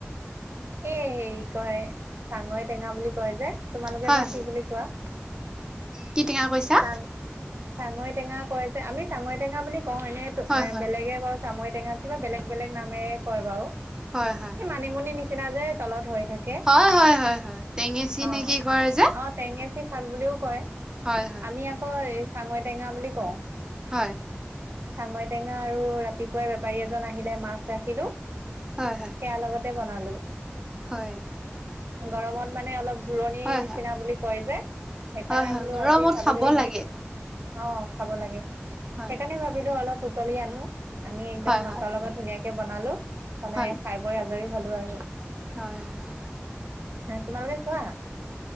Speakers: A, on the right; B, on the right.
A: এ হেৰি কয় চাঙৈ টেঙা বুলি কয় যে তোমালোকে
B: হয়
A: বা কি
B: হয়
A: বুলি কোৱা
B: কি টেঙা কৈছা
A: চাং চাঙৈ টেঙা কয় যে আমি চাঙৈ টেঙা বুলি কওঁ এনেতো
B: হয়
A: এ
B: হয়
A: বেলেগে ক চামৰি টেঙা কিবা বেলেগ বেলেগ নামে কয় বাৰু
B: হয় হয়
A: সেই মানিমুনি নিচিনা যে তলত হৈ থাকে
B: হয় হয় হয় হয় টেঙেচি
A: অ
B: নে কি কৰে যে
A: অ টেঙেচি শাক বুলিও কয়
B: হয় হয়
A: আমি আকৌ এই চাঙৈ টেঙা বুলি কওঁ
B: হয়
A: চাঙৈ টেঙা আৰু ৰাতিপুৱাই বেপাৰী এজন আহিলে মাছ ৰাখিলো সেয়া
B: হয় হয়
A: লগতে বনালো
B: হয়
A: গৰমত মানে অলপ জোৰণিৰ
B: হয় হয়
A: নিচিনা বুলি কয় যে সেইকাৰণে
B: হয় হয়
A: বোলো
B: গৰমত
A: আজি ভাবিলো
B: খাব
A: এনেই
B: লাগে
A: অ খাব লাগে
B: হয়
A: সেইকাৰণে ভাবিলো অলপ বুতলি আনো আমি একদম
B: হয়
A: মাছৰ
B: হয়
A: লগত ধুনীয়াকে বনালো বনাই
B: হয়
A: খাই বৈ আজৰি হলো আৰু
B: হয় হয়
A: হ তোমালোকে খোৱা